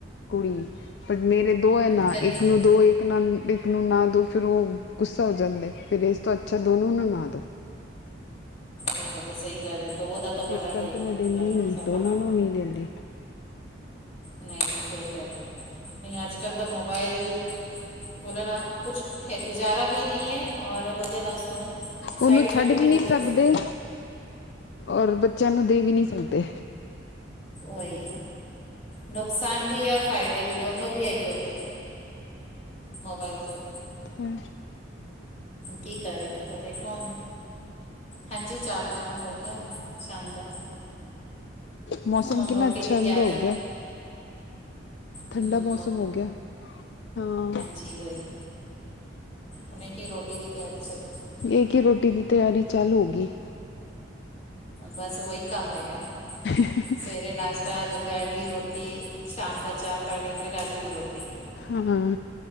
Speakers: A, on the left (about 60°); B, on the left (about 35°).
A: ਕੁੜੀ ਬਟ ਮੇਰੇ ਦੋ ਐਨਾ
B: ਕਰ ਲਈਏ।
A: ਇੱਕ ਨੂੰ ਦੋ ਇੱਕ ਨਾ ਏਕ ਨੂੰ ਨਾ ਦੋ ਫੇਰ ਓ ਗੁੱਸਾ ਹੋ ਜਾਂਦੇ ਫੇਰ ਏਸ ਤੋ ਅੱਛਾ ਦੋਨੋਂ ਨੂੰ ਨਾ ਦੋ।
B: ਨਈ ਓ ਤੋ ਸਈ ਗੱਲ ਐ, ਦੋ ਦਾ ਤਾਂ ਬੜਾ
A: ਏਸ
B: ਹੀ
A: ਕਰਕੇ ਮੈਂ
B: ਹੁੰਦਾ
A: ਦੇਂਦੀ ਨੀ
B: ਸਭਾ।
A: ਦੋਨਾਂ ਨੂੰ ਨਈ ਦੇੰਦੀ।
B: ਨਈ ਸਈ ਗੱਲ ਐ, ਨਈ ਅੱਜ-ਕੱਲ ਤਾ ਮੋਬਾਇਲ ਖੋਲੋ ਨਾ ਕੁਛ ਹੈ ਗੁਜ਼ਾਰਾ ਵੀ ਨੀ ਐ, ਓਰ ਬੋਲਦੇ ਨਾ ਉਸਨੂੰ
A: ਓਨੂੰ
B: ਸਾਈਡ ਇਫੈਕਟ
A: ਛੱਡ
B: ਬਹੁਤ
A: ਵੀ ਨੀ
B: ਹੈ
A: ਸਕਦੇ,
B: ਉਸਦੇ,
A: ਓਰ ਬੱਚੇਆਂ ਨੂੰ ਦੇ ਵੀ ਨੀ ਸਕਦੇ।
B: ਓਈ ਨੁਕਸਾਨ ਬੀ ਐ ਓਰ ਫਾਇਦੇ ਵੀ ਦੋਨੋਂ ਵੀ ਹੈਗੇ ਓਦੇ। ਮੋਬਾਈਲ ਦੇ
A: ਹੂੰ।
B: ਕੀ ਕਰ ਰੇ ਕੀ ਪਤਾ ਐ ਕੋਨ, ਹਾਂਜੀ ਚਾ ਪਾਨੀ ਹੋਗੇਆ ਸ਼ਾਮ ਦਾ
A: ਮੋਸਮ
B: ਹੁਣ
A: ਕਿੰਨਾ
B: ਰੋਟੀ
A: ਅੱਛਾ
B: ਦੀ ਤਿਆਰੀ
A: ਅਂਦਾ ਹੋਗੇਆ। ਠੰਡਾ
B: ਹਮ
A: ਮੋਸਮ ਹੋਗੇਆ, ਹਾਂ।
B: ਜੀ ਓਈ, ਹੁਨੇ ਕੀ ਰੋਟੀ ਦੀ ਤੇਆਰੀ ਚੱਲਰੀ ਐ।
A: ਯੇ ਕਿ ਰੋਟੀ ਦੀ ਤੇਆਰੀ ਚਾਲ ਹੋਗੀ।
B: ਬਾੱਸ ਓਈ ਕਾੰਮ ਹੈਗਾ।
A: <inaudible>
B: ਸਵੇਰੇ ਨਾਸ਼ਤਾ, ਦੁਪੈਰ ਦੀ ਰੋਟੀ, ਸ਼ਾਮ ਦਾ ਚਾ ਪਾਣੀ, ਫੇਰ ਰਾਤੀ ਰੋਟੀ।
A: ਹਾਂ,